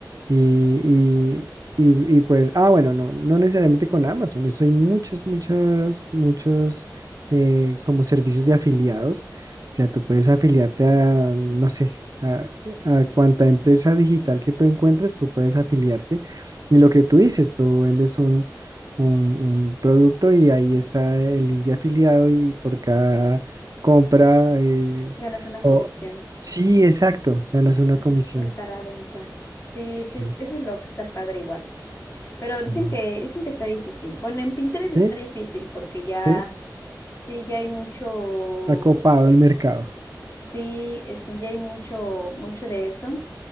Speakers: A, on the right; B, on the left.
A: y, y, y- y, pues, ah, bueno, no, no necesariamente con Amazon, eso hay muchos, muchos, muchos eh, como servicios de afiliados, o sea, tú puedes afiliarte a, no sé, a, a cuanta empresa digital que tú encuentres, tú puedes afiliarte. Y lo que tú dices, tú vendes un, un producto y ahí está el link de afiliado y por cada compra eh,
B: Ganas una
A: o
B: comisión
A: sí, exacto, ganas una
B: Ajá.
A: comisión.
B: por cada venta. Sí,
A: Sí,
B: sí, es- eso es lo que está padre igual. Pero dicen
A: no.
B: que, dicen que está difícil. Bueno, en Pinterest está
A: sí,
B: difícil porque ya,
A: sí,
B: sí, ya hay mucho,
A: está copado el mercado.
B: sí, este, ya hay mucho, mucho de eso.